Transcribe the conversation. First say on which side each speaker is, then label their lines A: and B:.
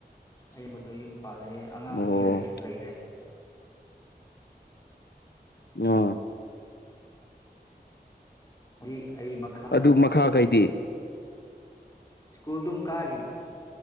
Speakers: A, on the left (about 20°); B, on the left (about 80°).
A: ꯑꯩ ꯃꯗꯨ ꯌꯨꯝ ꯄꯥꯜꯂꯦ ꯑꯉꯥꯡ
B: ꯑꯣ
A: ꯑꯅꯤꯔ ꯂꯩꯔꯦ
B: ꯑ
A: ꯍꯧ <unintelligible> ꯑꯩ ꯃꯈꯥꯗ
B: ꯑꯗꯨ ꯃꯈꯥꯈꯩꯗꯤ
A: ꯁ꯭ꯀꯨꯜ ꯁ꯭ꯀꯨꯜꯗꯨꯝ ꯀꯥꯔꯤ